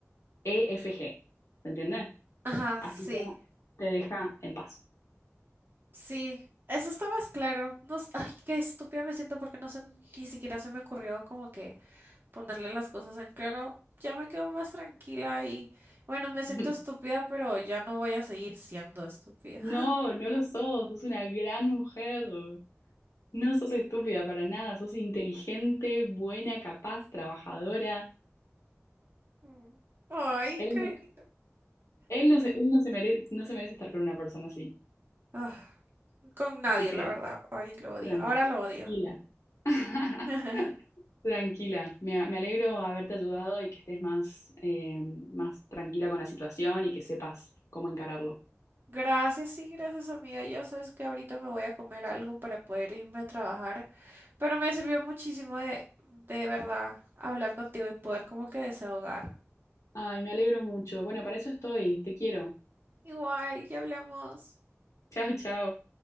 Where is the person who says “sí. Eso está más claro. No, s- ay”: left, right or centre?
Right